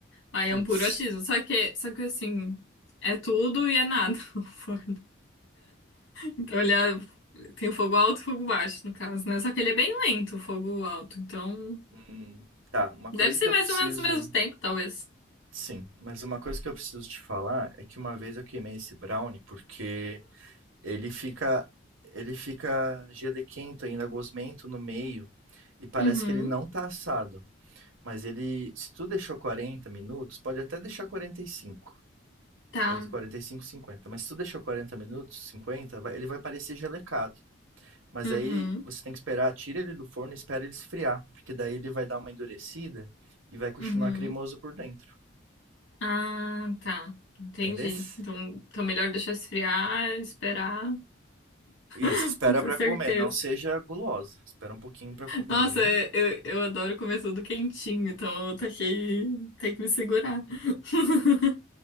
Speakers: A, on the left; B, on the right.
A: Aí
B: putz.
A: é um puro achismo. Só que, só que assim, é tudo e é nada <laughs> o forno. Então ele é- tem fogo alto e fogo baixo, no caso, né? Só que ele é bem lento, o fogo alto. Então,
B: Hum, tá, uma coisa
A: deve ser
B: que eu
A: mais
B: preciso.
A: ou menos o mesmo tempo, talvez.
B: Sim, mas uma coisa que eu preciso te falar é que uma vez eu queimei esse brownie porque ele fica ele fica gelequento ainda, gosmento no meio e parece
A: Uhum,
B: que ele não tá assado. Mas ele, se tu deixou 40 minutos, pode até deixar quarenta e cinco
A: tá.
B: quarenta e cinco cinquenta mas se tu deixou 40 minutos, 50 vai- ele vai parecer gelecado. Mas
A: Uhum,
B: aí você tem que esperar, tira ele do forno e espera ele esfriar, porque daí ele vai dar uma endurecida e vai continuar
A: uhum.
B: cremoso por dentro,
A: Ah, tá. Entendi.
B: entendesse?
A: Então, então melhor deixar esfriar, esperar,
B: Isso,
A: <laughs>
B: espera
A: ter
B: pra
A: certeza.
B: comer, não seja guloso, espera um pouquinho pra comer.
A: Nossa, é- eu, eu adoro comer tudo quentinho, então eu taquei, tem que me segurar. <laughs>